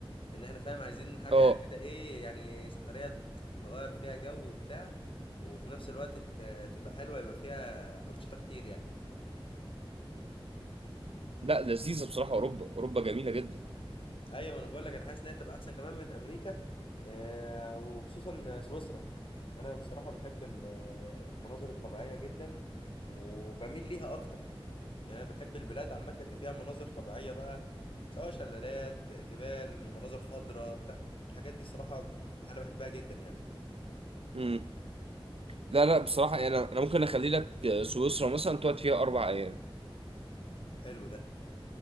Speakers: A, on the left (about 65°); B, on the right (about 80°).
A: ان احنا فاهم عايزين حاجة
B: اه
A: كده ايه يعني سفرية نغير فيها جو وبتاع وفي نفس الوقت ت- تبقى حلوة يبقى فيها أنشطة كتير يعني
B: لا لذيذه بصراحه اوروبا اوروبا جميله جدا
A: ايوه ما انا بقول لك انا حاسس انها تبقى احسن كمان من امريكا آه وخصوصا سويسرا انا بصراحة بحب ال- المناظر الطبيعية جدا وبميل ليها اكتر يعني انا بحب البلاد عامه اللي فيها مناظر طبيعيه بقى سواء شلالات جبال مناظر خضراء بتاع الحاجات دي صراحه انا بحبها جدا يعني
B: امم لا لا بصراحة يعني أنا أنا ممكن أخلي لك آه، سويسرا مثلا تقعد فيها أربع أيام
A: حلو ده